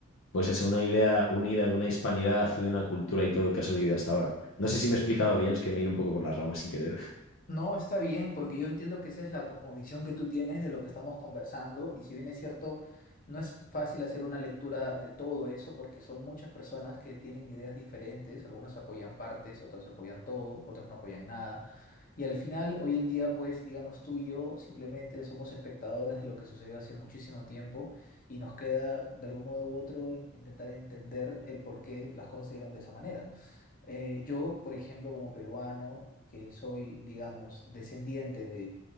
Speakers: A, on the left; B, on the left.
A: pues es una idea unida de una hispanidad y de una cultura y todo que ha sobrevivido hasta ahora. No sé si me he explicado bien, es que me he ido un poco por las ramas sin querer.
B: No, está bien, porque yo entiendo que esa es la cosmovisión que tú tienes de lo que estamos conversando, y si bien es cierto, no es fácil hacer una lectura de todo eso, porque son muchas personas que tienen ideas diferentes, algunos apoyan partes, otros apoyan todo, otros no apoyan nada, y al final, hoy en día, pues, digamos, tú y yo simplemente somos espectadores de lo que sucedió hace muchísimo tiempo, y nos queda, de algún modo u otro, in- intentar entender el por qué las cosas se dieron de esa manera. Eh, yo, por ejemplo, como peruano, que soy, digamos, descendiente de,